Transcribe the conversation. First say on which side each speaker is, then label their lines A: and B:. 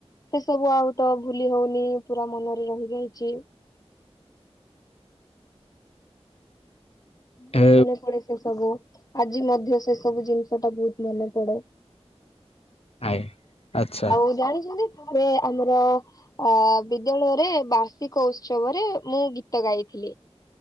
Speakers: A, on the left; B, on the left.
A: ସେ ସବୁ ଆଉ ତ ଭୁଲି ହଉନି ପୁରା ମନରେ ରହିଯାଇଛି। <unintelligible>
B: ଏ
A: ମନେ ପଡେ ସେ ସବୁ ଆଜି ମଧ୍ୟ ସେ ସବୁ ଜିନିଷଟା ବହୁତ ମନେ ପଡେ।
B: ଆଏ ଆଚ୍ଛା।
A: ଆଉ ଜାଣିଛନ୍ତି ଥରେ ଆମର ଅ ବିଦ୍ୟାଳୟରେ ବାର୍ଷିକ ଉତ୍ସବରେ ମୁଁ ଗୀତ ଗାଇଥିଲି।